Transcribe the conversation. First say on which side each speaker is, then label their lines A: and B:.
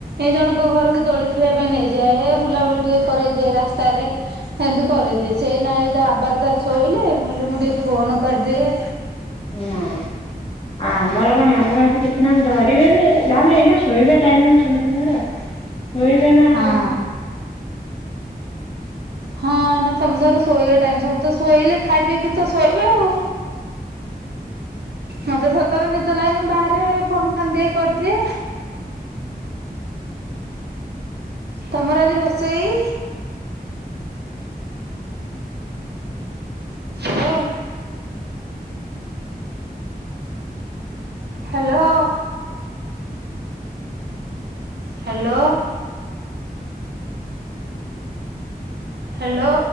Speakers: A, on the right; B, on the left.
A: ଏ ଜଣଙ୍କ ଘରକୁ ଦୋଳି ଖେଲେଇବା ପାଇଁ ନେଇଯାଏ ବୁଲାବୁଲି ଟିକେ କରେଇଦିଏ ରାସ୍ତାରେ। ସେମିତି କରେଇଦିଏ ସେଇ ନାଏ ଏ ବାବା ର ତାର ଶୋଇଲେ ମୁଁ କହିଲି ମୁଁ ଟିକେ ଫୋନ କରିଦିଏ।
B: ହଁ। ଆମର କଣ ଆମର କିଛି ନାହିଁ ଡରିବେ ଯେ ଏବେ ଶୋଇବା ଟାଇମ୍ ସମସ୍ତଙ୍କର।
A: <inaudible>
B: ରୋଇବେ ନା
A: ହଁ
B: ଆଉ।
A: ହଁ ଏନା ସମସ୍ତଙ୍କର ଶୋଇବା ଟାଇମ ସବୁ ତ ଶୋଇଲେ ଖାଇ ପିଇକି ତ ଶୋଇବେ ଆଉ। ମତେ ସତରେ ନିଦ ଲାଗନି ବାହାରେ ଫୋନ୍ ଫାନ୍ ଟିକେ କରିଦିଏ। ତମର ଆଜି ରୋଷେଇ? ହଁ। ହ୍ୟାଲୋ। ହ୍ୟାଲୋ। ହ୍ୟାଲୋ